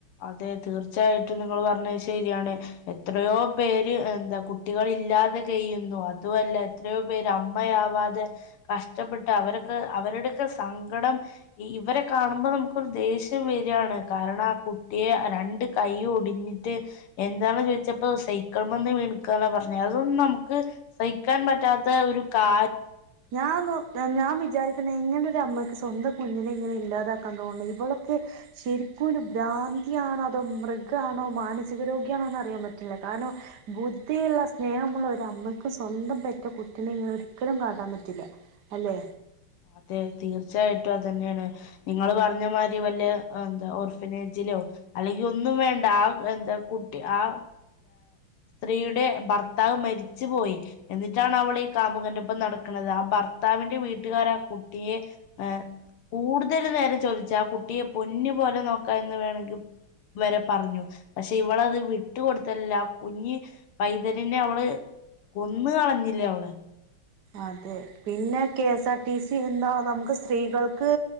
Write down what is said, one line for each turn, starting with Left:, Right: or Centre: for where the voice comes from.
Left: അതെ തീർച്ചയായിട്ടും നിങ്ങൾ പറഞ്ഞത് ശരിയാണ് എത്രയോ പേര് എന്താ കുട്ടികൾ ഇല്ലാതെ കഴിയുന്നു അതുവല്ല എത്രയോ പേര് അമ്മയാവാതെ കഷ്ടപ്പെട്ട് അവരൊക്കെ അവരുടൊക്കെ സങ്കടം ഇവരെ കാണുമ്പോൾ നമുക്കൊരു ദേഷ്യം വരികയാണ് കാരണം ആ കു കുട്ടിയെ രണ്ട് കൈയ്യും ഒടിഞ്ഞിട്ട് എന്താണ് ചോദിച്ചപ്പോ സൈക്കലിന്മേന്ന് വീണക്ക പറഞ്ഞെ അതൊന്നും നമുക്ക് സഹിക്കാൻ പറ്റാത്ത ഒരു കാ
Right: ഞാൻ ഞാൻ വിചാരിക്കുന്ന എങ്ങനൊരു അമ്മയ്ക്ക് സന്തം കുഞ്ഞിനെ ഇങ്ങനെ ഇല്ലാതാക്കാൻ തോന്നും ഇബലൊക്കെ ശരിക്കും ഒരു ബ്രാന്തിയാണോ അതോ മൃഗാണോ മാനസികരോഗിയാണോ അറിയാൻ പറ്റില്ല കാരണം ബുദ്ധിയുള്ള സ്നേഹമുള്ള ഒരമ്മക്കും സ്വന്തം പെറ്റ കുട്ട്യാളെ ഒരിക്കലും ക്കാൻ പറ്റില്ല അല്ലേ
Left: അതെ തീർച്ചയായിട്ടും അതന്നെയാണ് നിങ്ങൾ പറഞ്ഞമാതിരി വല്ല ഓർഡനേജിലോ അല്ലങ്കി ഒന്നും വേണ്ട ആ എന്ത ആ സ്ത്രീയുടെ ഭർത്താവ് മരിച്ച് പോയി എന്നിട്ടണവളീ കാമുകന്റ പ്പം നടക്ക്ണ്ടത് ആ ഭർത്താവിന്റെ വി ട്ട് കാരാ കുട്ടിയെ എ കൂടുതൽ നേരം ചോതിച്ച് ആ കുട്ടിയെ പൊന്ന് പോലെ നോക്ക എന്ന് പറഞ്ഞിട്ട് വരേ പറഞ്ഞു പക്ഷേ ഇവള അ വിട്ട് കൊട്ത്തല്ല. കുഞ്ഞു പൈതലിനെ അവള് കൊന്ന് കളഞ്ഞില്ലെ അവള്
Right: അതെ പിന്നെ കെ സാർ ടി സി എന്തോ നമ്മക്ക് സ്ത്രീകൾക്ക്